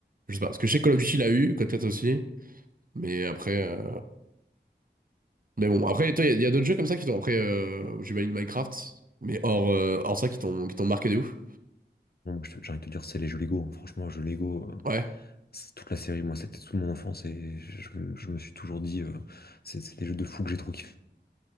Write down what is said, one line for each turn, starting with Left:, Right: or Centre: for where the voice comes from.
Right: Je sais pas. Parce que je sais que Call of Duty l'a eu, COD 4 aussi. Mais après. euh, Mais bon, après, toi, il y a, il y a d'autres jeux comme ça qui t'ont. Après, euh... j'imagine Minecraft. Mais hors, euh, hors ça, qui t'ont qui t'ont marqué de ouf.
Left: Non, moi, je te- j'ai envie de te dire, c'est les jeux Lego. hein. Franchement, les jeux Lego, euh,
Right: Ouais.
Left: c'est toute la série, moi, c'était toute mon enfance et je, me je me suis toujours dit, euh, c'est c'est des jeux de fou que j'ai trop kiffé